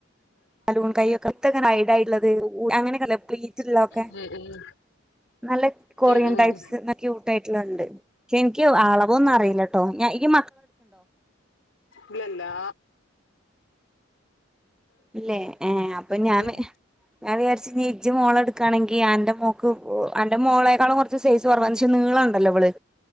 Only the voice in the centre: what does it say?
ബലൂൺ കൈയൊക്കെ <unintelligible> യിട്ടുള്ളത് അങ്ങനൊക്കെല്ല പ്ലീറ്റുള്ള തൊക്കെ
നല്ല കൊറിയൻ
ടൈപ്സ് ക്യൂട്ടായിട്ടുള്ളണ്ട് പക്ഷെ എനിക്ക് അളവൊന്നും അറിയില്ലട്ടോ ഞ ഇയ്യ്‌
ഇല്ലേ ഏഹ് അപ്പൊ ഞാന്
ഞാൻ വിചാരിച്ച് ഞ് ഇജ് മോളെടുക്കുകയാണെങ്കിൽ അന്റെമോൾക്ക് അന്റെ മോളേക്കളും കുറ സൈസ് കുറവാന്ന് നീളുണ്ടല്ലോ അവള്